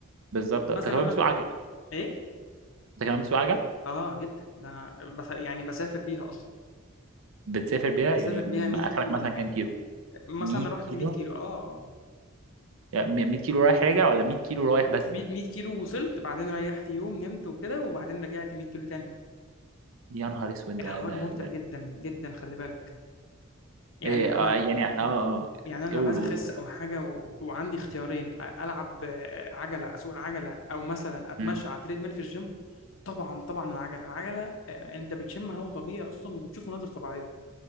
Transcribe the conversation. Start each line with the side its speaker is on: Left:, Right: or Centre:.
Right: بالظبط
Left: يعني
Right: انت
Left: مثلا
Right: كمان بتسوق
Left: انزل
Right: عجل
Left: ايه
Right: انت كمان بتسوق عجل
Left: اه جدا ده انا بس يعني بسافر بيها اصلا
Right: بتسافر بيها
Left: بسافر
Right: يعني م-
Left: بيها 100
Right: اخرك
Left: كيلو
Right: مثلا
Left: ولا حاجه
Right: كام كيلو
Left: مثلا
Right: 100 كيلو
Left: رحت 100 كيلو اه اه
Right: يعني 100 كيلو رايح راجع ولا 100 كيلو رايح بس
Left: 100 100 كيلو وصلت بعدين ريحت يوم نمت وكده وبعدين رجعت 100 كيلو تاني
Right: يا نهار اسود
Left: الحوار
Right: ده ده
Left: ممتع
Right: ده
Left: جدا جدا خلي بالك يعني
Right: إيه
Left: انا
Right: آه يعني اه اه
Left: يعني انا
Right: قول
Left: لو عايز
Right: قول
Left: اخس او حاجه و... وعندي اختيارين أ- العب آه، عجله اسوق العجله او مثلا اتمشى
Right: قول.
Left: على تريد ميل في الجيم طبعا طبعا العجله العجله آه، انت بتشم هواء طبيعي اصلا وبتشوف مناظر طبيعيه